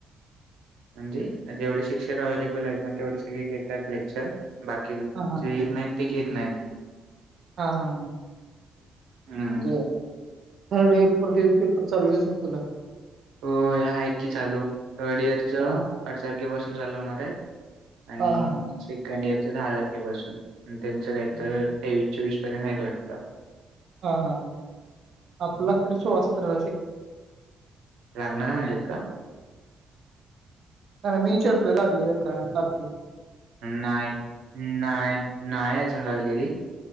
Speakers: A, on the right; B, on the right.
A: म्हणजे जेवढे शिक्षक अव्हेलेबल आहेत ना तेवढे सगळे घेतात लेक्चर बाकी
B: हा हा
A: जे येत नाहीत ते खेत नाहीत.
B: हा हा
A: हम्म
B: ब थर् डे फोर्र स पेपर चालूतेग तुला
A: हो या हाक क चालू थर्ड इयर च
B: हा
A: आठ तारखेपासून चालू होणार आहेत. आणि
B: हा हा
A: सेकंड इयरच दहा तारखेपसून त्यांचं काही
B: हम्म.
A: तर तेवीस चोवीस पर्यंत आहे तोडतता
B: हा हा ह आप आपला अत शोवात्र
A: लागणार म्हणलेत का?
B: नाही नाही मी विचारतोय लागली का लाग.
A: नाही नाही नाही अजून लागलेली